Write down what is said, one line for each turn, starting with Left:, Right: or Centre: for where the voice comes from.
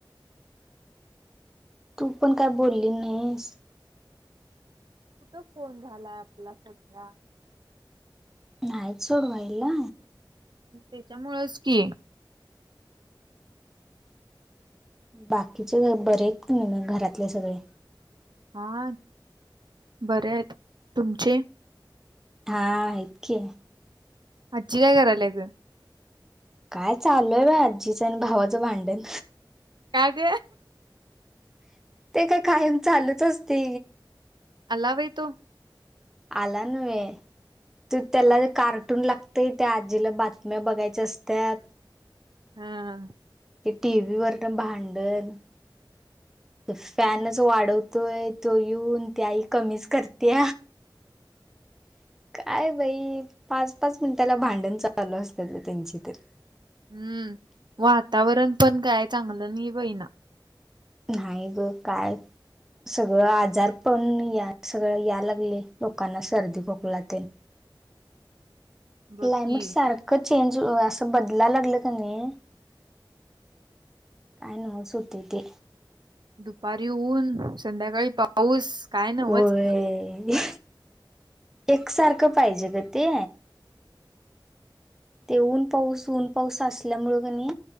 Centre: तू पण काय बोलली नाहीस.
Right: कुठं फोन झाला आपला सध्या
Centre: नाहीत सोडवायला.
Right: त्यांच्यामुळच की
Centre: बाकीचे बरेच म घरातले सगळे.
Right: हा बरे आहेत तुमचे?
Centre: हा आहेत की.
Right: आजी काय करालेत.
Centre: काय चालूय बा आजीचं आणि भावाचं भांडण
Right: काग.
Centre: ते काय कायम चालूच असते.
Right: आला बाई तो.
Centre: आला नहे त त्याला कार्टून लागतेय त्या आजीला बातम्या बघायच्या असत्या
Right: हा
Centre: ते टी वी वर भांडण तो फॅनच वाढव तो ये तो येऊन त आई कमीच करते काय बाई पाच पाच मिनटाला भांडण चालू असतात त्यांचे तर.
Right: हम्म वातावरण पण काय चांगलं नाही बहिना.
Centre: नाही ग काय सगळं आजार पण या सगळं या लागले लोकांना सर्दी खोकला ते.
Right: बघ
Centre: क्लायमेट
Right: की.
Centre: सारखंच चेंज असं बदलाय लागल का नाही काय नवच होते ते.
Right: दुपारी ऊन संध्याकाळी पाऊस काय नवच.
Centre: होय. एकसारखं पाहिजे ग ते ते ऊन पाऊस ऊन पाऊस असल्यामुळं कणी